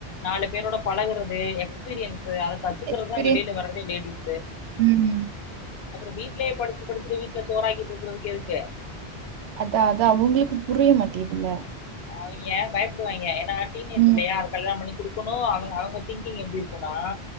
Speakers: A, on the left; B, on the right.
A: நாலு பேரோட பழகுறது எக்ஸ்பீரியன்ஸ் து அத கத்துக்கறதா
B: எக்ஸ்பீரியன்ஸ்
A: வெளியில வர்றதே லேடிஸு
B: ம்
A: அப்புறோ வீட்லே படிச்சுட்டு படிச்சுட்டு வீட்ல சோறாக்கிட்டு இருக்கிறதுக்கு எதுக்கு
B: அதா அதா அவுங்களுக்கு புரிய மாட்டேகிதில்ல
A: அவிங்க பயப்படுவாய்ங்க எ நா டீனேஜ்
B: ம்
A: இல்லையா அத கல்யாண பண்ணி குடுக்கனு அவுங்க அவுங்க திங்கிங் எப்டி இருக்குனா